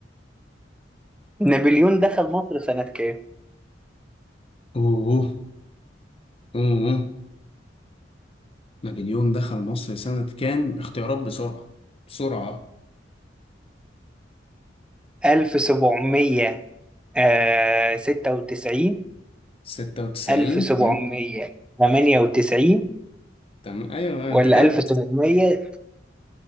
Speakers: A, in the centre; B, on the left (about 30°).
A: نابليون دخل مصر سنة كام
B: اوه اوه نابليون دخل مصر سنة كام اختيارات بسرعة بسرعة
A: 1796
B: ستة وتسعين
A: 1798
B: تمام ايوه ايوه
A: ولا
B: انت كابت
A: 1700